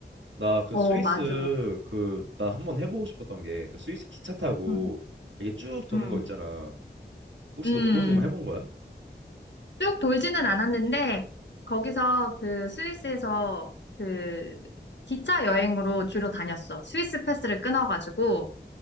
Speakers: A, on the right (about 85°); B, on the left (about 70°).
A: 나 그
B: 어,
A: 스위스
B: 맞아.
A: 그 나 한번 해보고 싶었던 게 그 스위스 기차 타고
B: 음,
A: 이게 쭉 도는
B: 음,
A: 거 있잖아. 혹시
B: 음.
A: 너 그것도 한번 해본 거야?
B: 쭉 돌지는 않았는데, 거기서 그 스위스에서 그 기차 여행으로 주로 다녔어. 스위스 패스를 끊어가지고,